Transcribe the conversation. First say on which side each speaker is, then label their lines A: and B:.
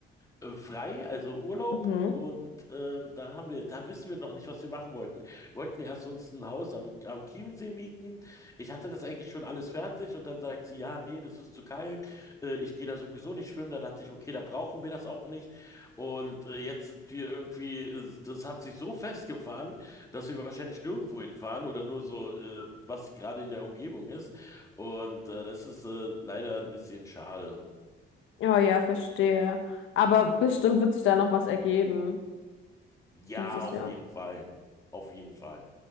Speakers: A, on the left (about 15°); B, on the left (about 80°).
A: äh, frei, also Urlaub.
B: Mhm.
A: Und ähm, da haben wir, da wissen wir noch nicht, was wir machen wollten. Wir wollten erst uns ein Haus am, am Chiemsee mieten. Ich hatte das eigentlich schon alles fertig und dann sagt sie, ja, nee, das ist zu kalt. Äh, ich gehe da sowieso nicht schwimmen. Da dachte ich, okay, da brauchen wir das auch nicht. Und äh, jetzt sind wir irgendwie, äh, das hat sich so festgefahren, dass wir wahrscheinlich nirgendwo hinfahren oder nur so, äh, was gerade in der Umgebung ist. Und äh, das ist äh, leider ein bisschen schade.
B: Oh ja, verstehe. Aber bestimmt wird sich da noch was ergeben
A: Ja,
B: dieses
A: auf
B: Jahr.
A: jeden Fall. Auf jeden Fall.